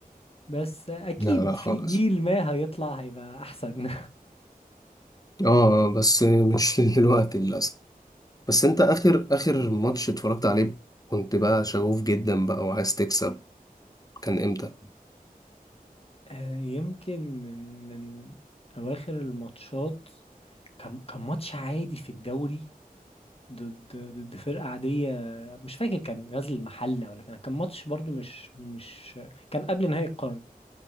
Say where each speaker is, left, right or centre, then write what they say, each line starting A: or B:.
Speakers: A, on the left; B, on the left.
A: بس اكيد
B: لا لا
A: في
B: خالص
A: جيل ما هيطلع هيبقى احسن
B: اه آه، بس مش <laughs> دلوقتي للأسف بس انت آخر آخر ماتش اتفرجت عليه كنت بقى شغوف جدا بقى وعايز تكسب كان امتى؟
A: <laughs> آه، يمكن من من اواخر الماتشات كان كان ماتش عادي في الدوري ضد ضد فرقة عادية مش فاكر كان غزل المحلة ولا كان كان ماتش برضو مش مش كان قبل نهائي القرن